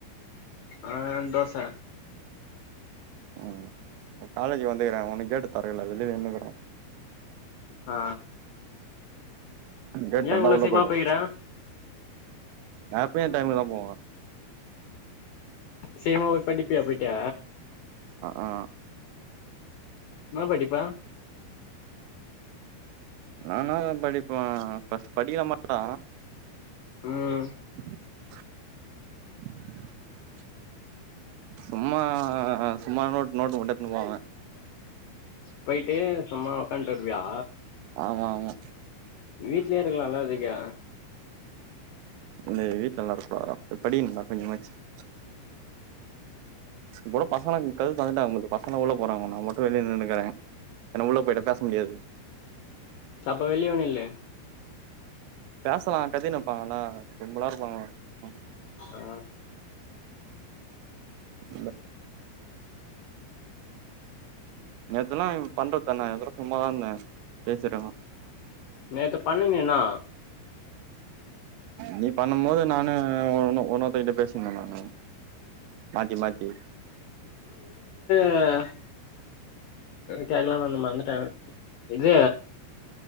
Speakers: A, on the left; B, on the right.
A: ஆ தோச
B: ம் காலேஜு வந்துக்கிறே உன்னு கேட்டு தொரகலே வெளில நின்னுகிற
A: ஆ
B: கேட்
A: ஏன்
B: தொற்ந்த
A: இவ்ளோ
B: உள்ள
A: சீக்கிரமா
B: போய்டுவ
A: போய்க்கிற
B: நா எப்பியு இன் டைம்ல்தா போவே
A: சீகர்மா போய் படிப்பியா போய்ட்டு
B: அக்அ
A: இன்னா படிப்ப?
B: நானா எதா படிப்பே பஸ்ட் படிக்கலா மாட்ட
A: ம்
B: <inaudible> சும்மா சும்மா நோட் நோட்டு மட்டு எத்துனு போவ
A: போய்ட்டு சும்மா உக்கான்ட்டருவியா
B: ஆமா ஆமா
A: வீட்ல்யே இருக்லால அதுக்கு
B: டே வீட்ல எல்லா இருப்பாங்கடா போய் படிகனுன்டா கொஞ்சமாச்சு <inaudible> <inaudible> இப்குட பசங்கள்லா கது தொந்துட்டாங்போல்து பசங்கள்ல உள்ள போறாங்க நா மட்டு வெளிய நின்னுனுங்கிறே ஏன்ன உள்ள போய்ட்டா பேச முடியாது
A: செ அப்ப வெளிவே நில்லு
B: பேசலா கத்தினுப்பாங்கள்ள கும்பலா இருப்பாங்க <unintelligible> ம்
A: ஆ
B: <unintelligible> தெல்லா எனும் பண்றத்தான நா எதோ சும்மாதா இந்த பேசிருக்லா
A: நேத்து பண்ணணே நா
B: நீ பண்ணும்மோது நானு உ உன்னோ உன்னோர்த்தங்கிட்ட பேசீந்த நானு மாத்தி மாத்தி
A: <unintelligible> கேக்லான் வந்த மந்துட்டே இது